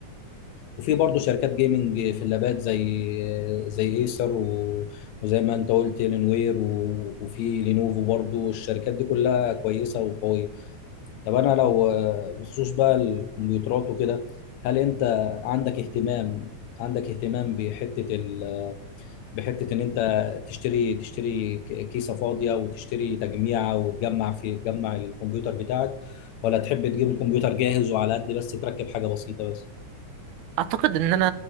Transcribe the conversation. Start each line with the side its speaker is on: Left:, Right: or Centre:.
Left: وفي برضه شركات جيمنج في اللابات زي زي ايسر و... وزي ما انت قلت لينوير و... وفي لينوفو برضه الشركات دي كلها كويسه وقويه طب انا لو آه، بخصوص بقى الكمبيوترات وكده هل انت عندك اهتمام عندك اهتمام بحته ال... بحته ان انت تشتري تشتري ك- كيسه فاضيه وتشتري تجميعه وتجمع في تجمع الكمبيوتر بتاعك ولا تحب تجيب الكمبيوتر جاهز وعلى قد بس تركب حاجه بسيطه بس
Right: اعتقد ان انا